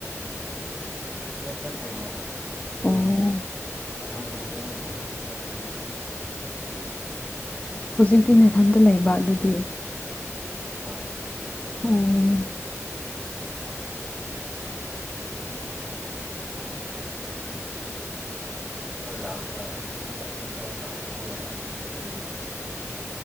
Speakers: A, in the centre; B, on the left.
A: ꯃꯣꯏꯇ ꯀ
B: ꯑꯣ
A: ꯌꯦ ꯑꯥꯟꯅ ꯄꯨꯡ ꯃꯉꯗꯔ
B: ꯍꯧꯖꯤꯛꯇꯤ ꯅꯥꯊꯟꯇ ꯂꯩꯕ ꯑꯗꯨꯗꯤ
A: ꯍꯣꯏ
B: ꯎꯝ
A: ꯂꯥꯛ ꯆ ꯆꯗ ꯇ ꯃꯅ